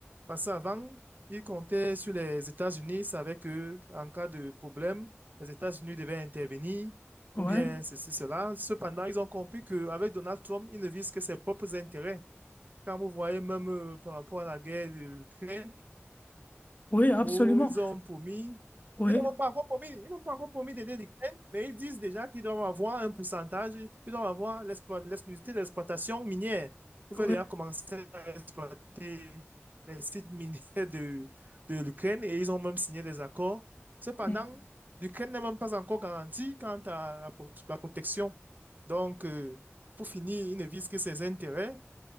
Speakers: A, on the right; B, on the left.
A: Parce qu'avant, ils comptaient sur les États-Unis, savaient que en cas de problème, les États-Unis devaient intervenir, ou
B: Ouais.
A: bien ceci, cela. Cependant, ils ont compris qu'avec Donald Trump, ils ne visent que ses propres intérêts. Quand vous voyez même euh, par rapport à la guerre de l'Ukraine,
B: Oui, absolument.
A: où Ils ont promis,
B: Oui,
A: ils n'ont pas encore promis, ils n'ont pas encore promis d'aider l'Ukraine, mais ils disent déjà qu'ils doivent avoir un pourcentage, qu'ils doivent avoir l'explo- l'exclusivité de l'exploitation minière. Ils
B: oui,
A: veulent déjà commencer à exploiter les sites miniers de, de l'Ukraine et ils ont même signé des accords. Cependant,
B: Mm.
A: l'Ukraine n'est même pas encore garantie quant à la, pro- la protection. Donc, euh, pour finir, ils ne visent que ses intérêts